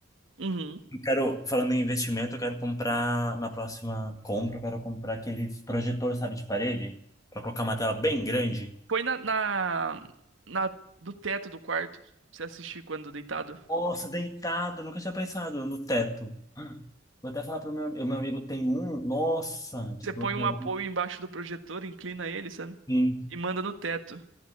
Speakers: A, on the right; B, on the left.
A: Uhum.
B: Eu quero, falando em investimento, eu quero comprar, na próxima compra, eu quero comprar aqueles projetores, sabe, de parede, pra colocar uma tela bem grande.
A: Põe na, na, na- do teto do quarto, pra você assistir quando deitado.
B: Nossa, deitado, nunca tinha pensado no teto. Ah, Vou até falar pro meu, o meu amigo tem um, nossa, desbloqueou
A: Você põe um apoio
B: um.
A: embaixo do projetor, inclina ele, sabe?
B: Sim.
A: E manda no teto.